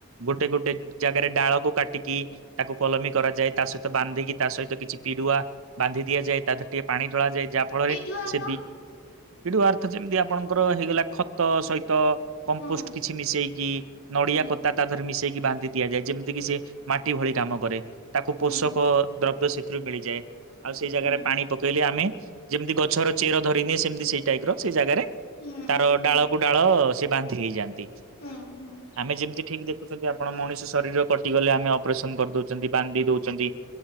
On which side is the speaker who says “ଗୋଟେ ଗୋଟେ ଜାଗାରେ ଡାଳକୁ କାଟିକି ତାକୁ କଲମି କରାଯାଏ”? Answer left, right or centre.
Right